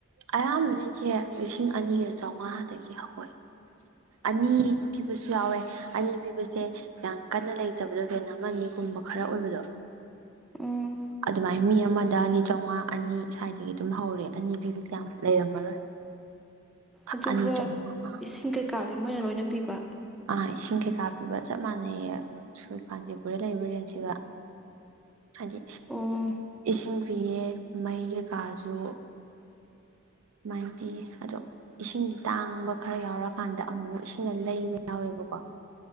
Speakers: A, on the right; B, in the centre.
A: ꯑꯌꯥꯝꯕꯅ ꯏꯆꯦ ꯂꯤꯁꯤꯡ ꯑꯅꯤꯒ ꯆꯥꯝꯃꯉꯥꯗꯒꯤ ꯍꯧꯏ꯫ ꯑꯅꯤ ꯄꯤꯕꯁꯨ ꯌꯥꯎꯋꯦ ꯑꯅꯤ ꯄꯤꯕꯁꯦ ꯌꯥꯝ ꯀꯟꯅ ꯂꯩꯇꯕꯗꯣ ꯔꯦꯟ ꯑꯃꯅꯤꯒꯨꯝꯕ ꯈꯔ ꯑꯣꯏꯕꯗꯣ
B: ꯎꯝ
A: ꯑꯗꯨꯃꯥꯏꯅ ꯃꯤ ꯑꯃꯗ ꯑꯅꯤ ꯆꯥꯝꯃꯉꯥ ꯑꯅꯤ ꯁ꯭ꯋꯥꯏꯗꯒꯤ ꯑꯗꯨꯝ ꯍꯧꯔꯦ ꯑꯅꯤ ꯄꯤꯕꯁꯦ ꯌꯥꯝ ꯂꯩꯔꯝꯃꯔꯣꯏ꯫
B: ꯑꯗꯨꯒ
A: ꯑꯅꯤ ꯆꯥꯝꯃꯉꯥ
B: ꯏꯁꯤꯡ ꯀꯩ꯫ ꯀꯥꯗꯤ ꯃꯣꯏꯅ ꯂꯣꯏꯅ ꯄꯤꯕ꯫
A: ꯑꯥ ꯏꯁꯤꯡ ꯀꯩꯀꯥ ꯄꯤꯕ ꯆꯞ ꯃꯥꯟꯅꯩꯌꯦ ꯀꯥꯟꯆꯤꯄꯨꯔꯗ ꯂꯩꯔꯤꯕꯕ ꯔꯦꯟꯁꯤꯒ ꯍꯥꯏꯗꯤ
B: ꯑꯣ
A: ꯏꯁꯤꯡ ꯄꯤꯌꯦ ꯃꯩ ꯀꯩꯀꯥꯁꯨ꯫ ꯑꯗꯨꯃꯥꯏꯅ ꯄꯤꯌꯦ ꯑꯗꯣ ꯏꯁꯤꯡꯗꯤ ꯇꯥꯡꯕ ꯈꯔ ꯌꯥꯎꯔꯀꯥꯟꯗ ꯑꯃꯨꯛ ꯏꯁꯤꯡꯅ ꯂꯩꯕ ꯌꯥꯎꯋꯦꯕꯀꯣ꯫